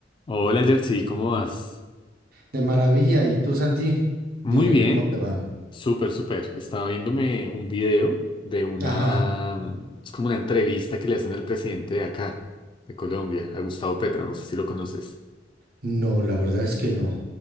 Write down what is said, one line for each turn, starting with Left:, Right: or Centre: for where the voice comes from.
Left: Hola Jersey, ¿cómo vas?
Right: De maravilla. ¿Y tú, Santi?
Left: Muy
Right: Dime,
Left: bien,
Right: ¿cómo te va?
Left: súper, súper. Estaba viéndome un video de una,
Right: Ajá.
Left: mm, es como una entrevista que le hacen al presidente de acá, de Colombia, a Gustavo Petro, no sé si lo conoces.
Right: No, la verdad es que no.